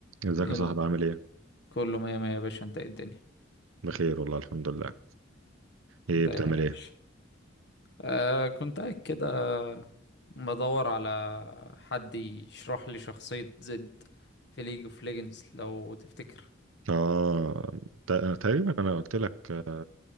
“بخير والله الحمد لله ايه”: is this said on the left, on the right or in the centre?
Right